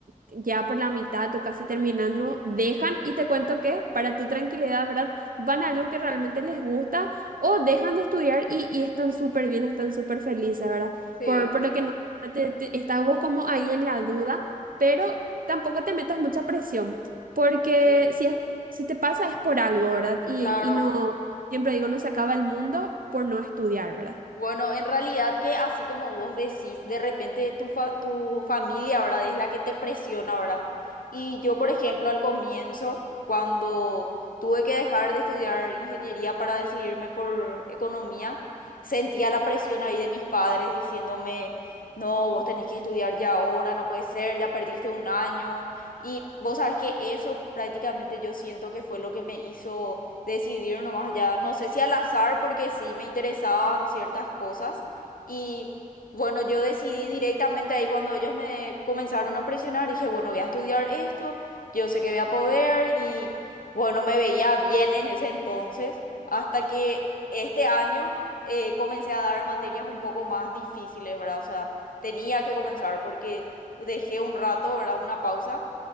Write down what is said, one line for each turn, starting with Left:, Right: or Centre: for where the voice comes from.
Right: ya por la mitad o casi terminando, dejan y te cuento que para tu tranquilidad, ¿verdad? Van a algo que realmente les gusta o dejan de estudiar y, y están súper bien, están súper felices, ¿verdad?
Left: Sí,
Right: Por, por lo que no, te, te- estás vos como ahí en la duda, pero tampoco te metas mucha presión, porque
Left: Bu-
Right: si es, si te pasa es por algo, ¿verdad? Y,
Left: Claro.
Right: y no, siempre digo, no se acaba el mundo por no estudiar, ¿verdad?
Left: Bueno, en realidad que así como vos decís, de repente tu, fa- tu familia, ¿verdad? Es la que te presiona, ¿verdad? Y yo, por ejemplo, al comienzo, cuando tuve que dejar de estudiar ingeniería para decidirme por economía, sentía la presión ahí de mis padres diciéndome, no, vos tenés que estudiar ya ahora, no puede ser, ya perdiste un año. Y vos sabes que eso prácticamente yo siento que fue lo que me hizo decidir nomás ya, no sé si al azar, porque sí me interesaban ciertas cosas. Y bueno, yo decidí directamente ahí cuando ellos me comenzaron a presionar, dije, bueno, voy a estudiar esto, yo sé que voy a poder y bueno, me veía bien en ese entonces, hasta que este año eh, comencé a dar materias un poco más difíciles, ¿verdad? O sea, tenía que comenzar porque dejé un rato, ¿verdad? Una pausa.